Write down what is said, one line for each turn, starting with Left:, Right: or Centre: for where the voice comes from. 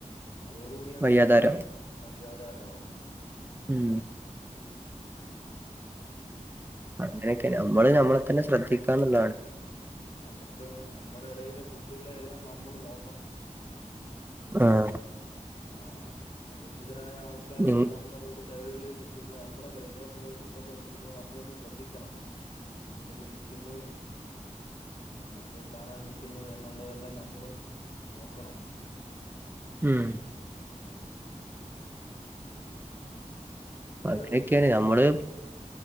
Left: അതോടുകൂടി ആഹ്
Right: വയ്യാതാരം
Left: കുടുംബം വഴിയാധാരമാവും
Right: ഉം
Left: ഉം ആ
Right: അങ്ങനെയെക്കെ നമ്മള് ഞമ്മളെ തന്നെ ശ്രദ്ധിക്കാന്ന്ള്ളാണ്
Left: നമ്മക്ക് നമ്മടെ എടയിലെ കുട്ടികളെ എല്ലാം നമ്മള് നോക്കണം
Right: ആഹ്
Left: ആ അപരിചിതരായ ആൾക്കാരൊക്കെ
Right: ഉം
Left: നമ്മള റോഡ് സൈഡുകളിൽ നിക്കുമ്പോ നമ്മുടെ പരിസര പ്രദേശത്തൊക്കെ നിക്കുമ്പോൾ നമ്മളൊന്ന് ശ്രദ്ധിക്കണം എന്തിന് നിക്കുന്നു എന്ന ആരെ കാണാൻ നിക്കുന്നു എന്നുള്ളതെല്ലാം നമ്മള് നോക്കണം
Right: ഉം
Left: ഞാൻ
Right: അപ്പ
Left: ഇത്
Right: അതിനെക്കെയാണ് ഞമ്മള്